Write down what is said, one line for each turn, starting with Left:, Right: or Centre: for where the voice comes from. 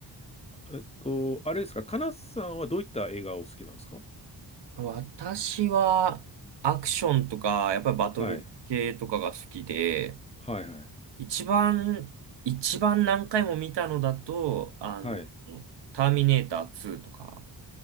Left: えっと、あれですか。かなさんはどういった映画をお好きなんですか
Right: 私は、アクションとか、やっぱりバトル系とかが好きで、
Left: はい。はいはい。
Right: 一番、一番何回も見たのだと、あの、
Left: はい。
Right: ターミネーター2とか、